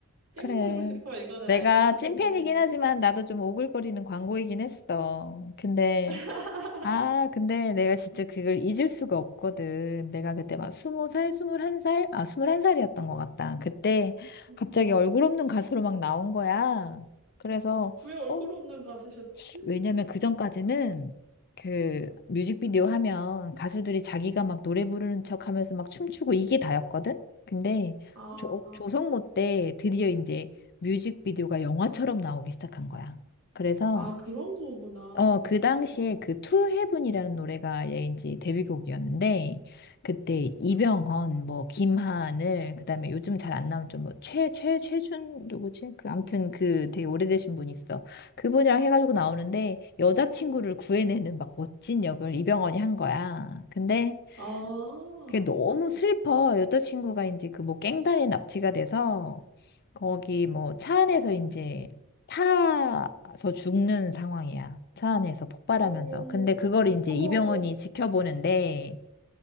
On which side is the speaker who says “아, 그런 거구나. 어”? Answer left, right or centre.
Right